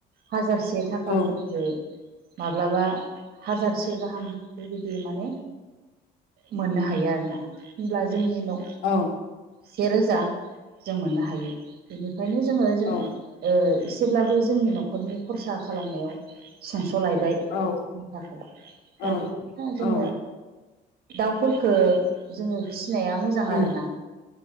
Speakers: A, on the right (about 65°); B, on the left (about 85°).
A: हाजारसे थाखाफोरखो
B: औ
A: माब्लाबा हाजारसे गाहाम बेबायदि माने मोननो हायो आरो ना। होमब्ला जोंनि न'
B: औ
A: सेरोजा जों मोननो हायो। बेनि ओंखायनो जोङो जों
B: औ
A: ओ इस जेब्लाबो जोंनि न'खरनि खरसा खालामनायाव सुंस'लाय बाय
B: औ
A: <unintelligible>
B: औ
A: दा बेदिनो
B: औ
A: जोङो दाउ फोरखौ जोङो फिसिनाया मोजां
B: उम
A: आरोना।